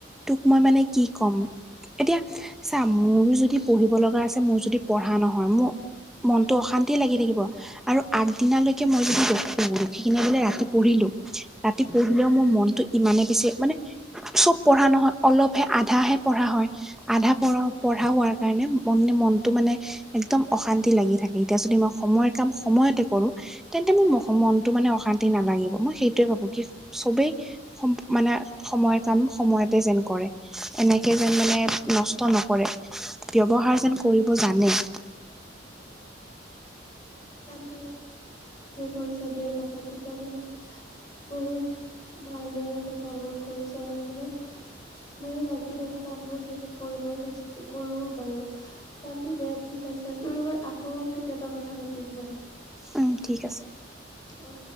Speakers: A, in the centre; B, on the left.
A: তোক মই মানে কি ক'ম। এতিয়া চা মোৰ যদি পঢ়িব লগা আছে মোৰ যদি পঢ়া নহয় মো মনটো অশান্তি লাগি থাকিব, আৰু আগ দিনালৈকে মই যদি ৰখো ৰখি কিনে বোলে ৰাতি পঢ়িলো। ৰাতি পঢ়িলেও মোৰ মনটো ইমানে বেছি মানে চব পঢ়া নহয়, অলপহে আধাহে পঢ়া হয়, আধা পঢ় পঢ়া হোৱাৰ কাৰণে মন মনটো মানে একদম অশান্তি লাগি থাকে। এতিয়া যদি মই সময়ৰ কাম সময়তে কৰোঁ, তেন্তে মোৰ ম মনটো মানে অশান্তি নালাগিব। মই সেইটোৱে ভাবো, কি চবেই সম মানে সময়ৰ কাম সময়তে যেন কৰে। এনেকে যেন মানে নষ্ট নকৰে। ব্যৱহাৰ যেন কৰিব জানে।
B: তাকে কৈছ যে কথাটো তাৰ মানে বহুত ভালদৰে কথাবোৰ কৈছ আৰু মানে ময়ো বাকী থকা কামবোৰ শেষ কৰিব চে কৰোঁ বাৰু। বাকী দে ঠিক আছে তোৰ লগত আকৌ কেতিয়াবা কথা পাতিম দে।
A: উম ঠিক আছে।
B: অহ।